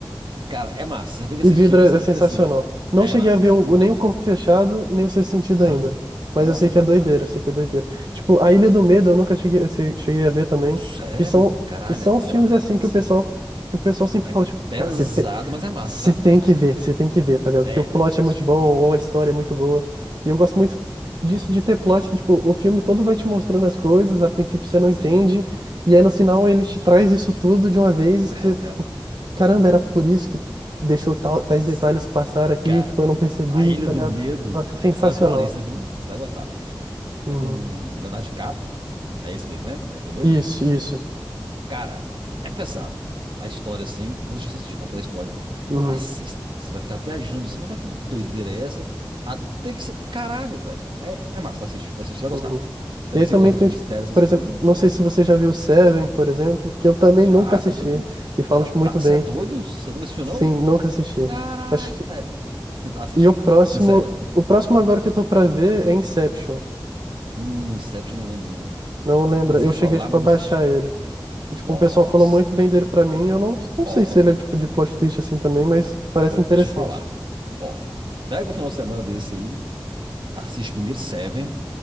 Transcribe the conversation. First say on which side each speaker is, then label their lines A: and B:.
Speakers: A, on the right; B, on the right.
A: Cara, é massa. Você tem que
B: e
A: assistir,
B: vidro
A: porque
B: é
A: você,
B: é sensacional.
A: assim,
B: Não
A: é
B: cheguei
A: massa.
B: a ver
A: Você
B: o-
A: tem.
B: nem o Corpo Fechado, nem o Sexto Sentido
A: Não.
B: ainda. Mas
A: Nossa,
B: eu sei que
A: é massa,
B: é doideira,
A: é massa, é
B: eu
A: massa.
B: sei que é doideira. Tipo, A Ilha do Medo eu nunca cheguei, a- che- cheguei a ver também.
A: Sério?
B: E são,
A: Caralho,
B: e são
A: é do
B: os
A: Mirabada.
B: filmes assim
A: Massa.
B: que o pessoal, que o pessoal sempre
A: É
B: fala, tipo,
A: pesado,
B: cara, você tem,
A: mas é massa,
B: você
A: sabe?
B: tem que ver, você tem que ver, tá ligado?
A: É,
B: Porque o plot
A: tem
B: é
A: que
B: muito
A: assistir.
B: bom, ou a história é muito boa. E eu gosto muito disso, de ter plot que, tipo, o filme todo vai te mostrando as coisas, a princípio você não
A: Sim.
B: entende, e aí no final ele te traz isso
A: Uma
B: tudo
A: f-
B: de uma vez,
A: Revela.
B: e você, tipo, caramba, era por isso que deixou tal, tais
A: S-
B: detalhes passar aqui,
A: Cara,
B: tipo, eu não percebi,
A: A Ilha
B: tá
A: do
B: ligado?
A: Medo.
B: Nossa, é sensacional.
A: Pode pôr a lista, viu? Você vai gostar.
B: Uhum.
A: É com Leonardo DiCaprio. É esse mesmo, né? A Ilha do Medo?
B: Isso, isso.
A: Cara, é pesado. A história, assim. Vou deixar você assistir, não vou contar spoiler, não.
B: Uhum,
A: Assista. Você vai ficar viajando assim, mas pra que doideira é essa? Até que você. Caralho, velho. É, é massa, assiste, assiste, você vai gostar.
B: uhum.
A: Se
B: E
A: é
B: aí
A: que
B: também
A: você gosta
B: tem,
A: de mistério,
B: tipo,
A: essas
B: por
A: coisas,
B: exemplo, não
A: você vai
B: sei
A: gostar.
B: se você já viu Seven, por exemplo, que eu também
A: Já,
B: nunca assisti,
A: você é doido? É um fanta-
B: e falam, tipo, muito bem.
A: Você é doido? Você nunca assistiu,
B: Sim,
A: não?
B: nunca assisti.
A: Caralho,
B: Acho que...
A: velho. <laughs> Assiste.
B: E o próximo,
A: Sério.
B: o próximo agora que eu tô pra ver é Inception.
A: Hum, Inception eu não lembro, não.
B: Não lembra,
A: Eu vi
B: eu
A: falar,
B: cheguei, tipo,
A: mas
B: a baixar
A: não assisti.
B: ele. E, Tipo,
A: Nossa.
B: um pessoal falou muito bem dele pra mim, eu não, não
A: Ó,
B: sei se ele é, tipo, de plot twist assim também, mas parece
A: vou te
B: interessante.
A: falar. Ó, pega o final de semana desse aí. Assiste primeiro Seven,